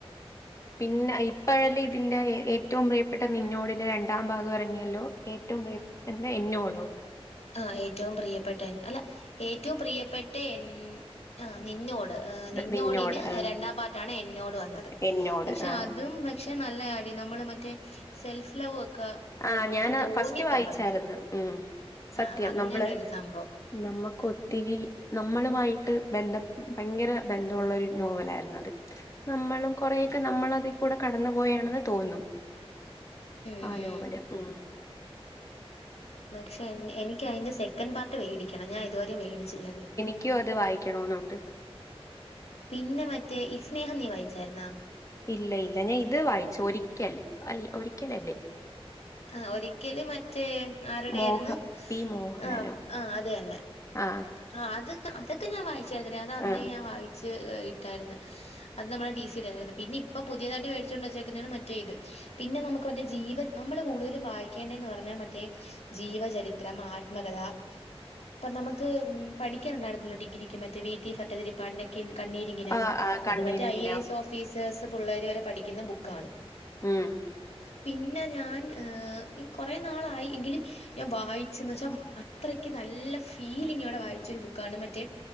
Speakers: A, on the left; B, on the left.
A: പിന്നെ ഇപ്പോഴല്ല തിന്റെ ഏറ്റവും പ്രിയപ്പെട്ട നിഞ്ഞോടിന്റെ രണ്ടാം ഭാഗം ഇറങ്ങിയല്ലോ ഏറ്റവും പ്രിയപ്പെ എന്താ എന്നോടോ
B: ആ ഏറ്റവും പ്രിയപ്പെട്ട എൻ അല്ല ഏറ്റവും പ്രിയപ്പെട്ട എൻ ആഹ് നിന്നോട് നിന്നോടിന്
A: നിന്നോട് ആഹ്
B: രണ്ടാം പാട്ടാണ് എന്നോട് വന്നത്
A: എന്നോട്
B: പക്ഷെ
A: ആഹ്
B: അതും പക്ഷെ നല്ല അടി നമ്മള് മറ്റേ സെൽഫ് ലൗ ഒക്കെ
A: ആഹ്
B: നമുക്ക്
A: ഞാനാ
B: തോന്നി
A: ഫസ്റ്റ് വായിച്ചായിരുന്നു
B: തുടങ്ങും
A: ഉമ് സത്യം
B: ആ അങ്ങനെ
A: നമ്മള്
B: ഒരു സംഭവം
A: നമ്മക്കൊത്തിരി നമ്മളുമായിട്ട് ബന്ധം ഭയങ്കര ബന്ധമുള്ള ഒരു നോവലായിരുന്നു അത് നമ്മളും കുറെക്കെ നമ്മളതി കൂടെ കടന്നു പോയാണ് തോന്നും
B: ഉം
A: ആ
B: ഉം
A: നോവലാ ഉമ്
B: പക്ഷെ എനിക്ക് അതിൻ്റെ സെക്കൻഡ് പാർട്ട് വേടിക്കണം ഞാനുതുവരെയും മേടിച്ചില്ല അത്
A: ഇൻക്യ അത് വായിക്കണന്നുണ്ട്
B: പിന്നെ മറ്റേ ഇസ്നേഹം നീ വായിച്ചായിരുന്നാ
A: ഇല്ല ല്ല ഞാൻ ഇത് വായിച്ചു ഒരിക്കൽ അല്ല ഒരിക്കല ല്ലേ
B: ആഹ് ഒരിക്കല് മറ്റേ ആരുടൊയിരുന്നു
A: മോഹ പി മോഹനനോ
B: ആഹ് ആഹ് അത് തന്നെ
A: ആഹ്
B: ആഹ് അത് അതൊക്കെ ഞാൻ വായിച്ചായിരുന്ന അത് അന്നേ
A: ആഹ്
B: ഞാൻ വായിച്ചട്ടായിരുന്നു അത് നമ്മുടെ ഡി സിടെരുന്നു പിന്നെപ്പൊ പുതിയതായിട്ട് മേടിച്ചുകൊണ്ട് വെച്ചേക്കുന്നതാ മറ്റേ ഇത് പിന്നെ നമുക്ക് മറ്റെ ജീവ നമ്മള് കൂടുതലും വായിക്കേണ്ടന്ന് പറഞ്ഞ മറ്റേ ജീവചരിത്രം ആത്മകഥ ഇപ്പൊ നമുക്ക് പഠിക്കാനുണ്ടായിരുന്നില്ല ഡിഗ്രിക്ക് മറ്റേ വി ഭട്ടതിരിപ്പാടിന്റെ കണ്ണീരിങ്ങിനാവും
A: ആഹ് ആഹ് കണ്ണീരിങ്ങിനാ
B: അത് മറ്റേ ഐ എ എസ് ഓഫീസേഴ്സ് പിള്ളേർ വരെ പഠിക്കുന്ന ബുക്കാണ്
A: ഉമ്
B: പിന്നെ ഞാൻ ഏഹ് കൊറെ നാളായിങ്കിലും ഞാൻ വായിച്ചന്ന് ച്ചാ അത്രയ്ക്ക് നല്ല ഫീലിങ്ങോടെ വായിച്ച ഒരു ബുക്കാണ് മറ്റേ